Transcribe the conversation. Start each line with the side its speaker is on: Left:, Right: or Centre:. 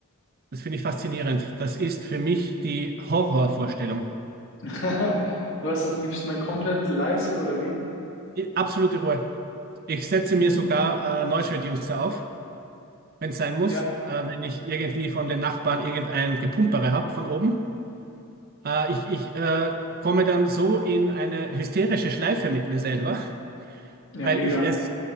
Right: Das finde ich faszinierend. Das ist für mich die Horrorvorstellung.
Left: <laughs> Du hast es am liebsten dann komplett leise oder wie?
Right: I- Absolute Ruhe. Ich setze
Left: Mhm.
Right: mir sogar äh, Noise Reducer auf wenn es sein muss,
Left: Ja,
Right: äh, wenn ich irgendwie von den Nachbarn irgendein Gepumpere habe von oben. Äh, ich ich äh, komme dann so in eine hysterische Schleife mit mir selber,
Left: ja,
Right: weil
Left: mega.
Right: ich es,